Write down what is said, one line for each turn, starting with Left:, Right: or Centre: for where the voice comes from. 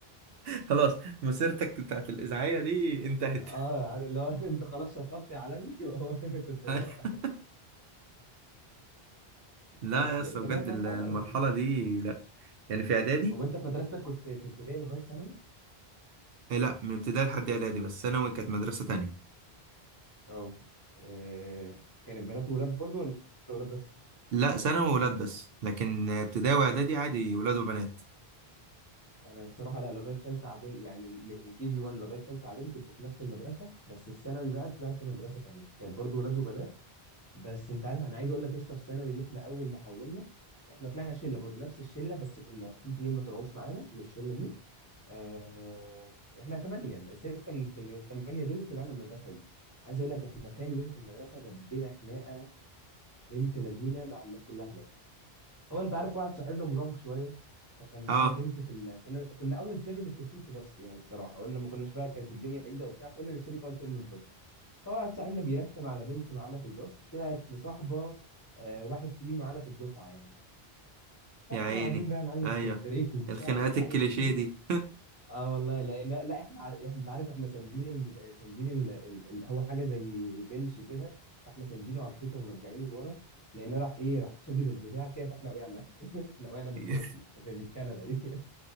Right: خلاص مسيرتك بتاعت الاذاعيه دي انتهت
Left: اه عارف اللي هو <laughs> انت خلاص شطبت يا عالمي <laughs> وهو كنت ده
Right: <laughs>
Left: بقى
Right: لا
Left: بس
Right: يا اسطى بجد
Left: فكانت
Right: ال-
Left: مرحله
Right: المرحله دي لا يعني في اعدادي
Left: هو انت في مدرستك كنت في ابتدائي لغايه ثانوي
Right: إيه لا من ابتدائي لحد اعدادي بس ثانوي كانت مدرسه تانية
Left: اه آه، كانت بنات وولاد برضو ولا ولاد بس
Right: لا ثانوي ولاد بس لكن ابتدائي واعدادي عادي ولاد وبنات
Left: انا الصراحه لا لغايه ثالثه اعدادي يعني من من كي جي 1 لغايه ثالثه اعدادي كنت في نفس المدرسه بس في ثانوي بقى طلعت مدرسه تانية كانت برضو ولاد وبنات بس انت عارف انا عايز اقول لك يا اسطى في ثانوي دي احنا اول ما حولنا احنا طلعنا شله برضو نفس الشله بس كنا في اتنين ما طلعوش معانا من الشله دي آه، احنا ثمانيه سته من الثمانيه دول طلعنا المدرسه دي عايز اقول لك احنا تاني يوم في المدرسه دبينا خناقه بنت لذينه مع الناس كلها هناك هو انت عارف واحد صاحبنا مراهق شويه فكان معانا
Right: اه
Left: بنت في ال... كنا كنا اول ترم مشتركين في باص يعني الصراحه قلنا ما كناش بقى كانت الدنيا بعيده وبتاع فقلنا نشترك اول ترم في باص فواحد صاحبنا بيرخم على بنت معانا في الباص طلعت مصاحبه آه واحد تقيل معانا في الدفعه يعني فاحنا
Right: يا عيني
Left: قاعدين بقى يا معلم
Right: ايوه
Left: في البريك وبتاع
Right: الخناقات
Left: ومش عارف
Right: الكليشيه
Left: ايه
Right: دي
Left: اه والله لقينا لا احنا ع- احنا انت عارف احنا ساندين المد... ساندين ال... ال... ال... هو حاجه زي بنش كده فاحنا ساندينه على الحيطه ومرجعينه لورا لقينا راح ايه راح شدد البتاع كده فاحنا وقعنا <laughs> احنا وقعنا بالكرسي
Right: <laughs>
Left: في بالكنبه دي <laughs>